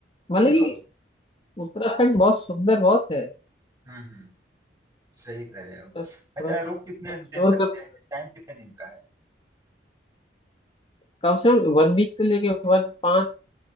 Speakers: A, on the left (about 30°); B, on the right (about 20°).
A: मतलब
B: हाँ
A: कि
B: हाँ।
A: उत्तराखंड बहुत सुंदर बहुत है
B: हम्म हम्म सही कह रहे हो
A: बस थोड़ा
B: अच्छा
A: सा
B: रुक कितने
A: एक्सप्लोर
B: दिन सकते
A: करने
B: हैं
A: में
B: टाइम कितने दिन का है
A: कम से कम वन वीक तो लेके वन पाँच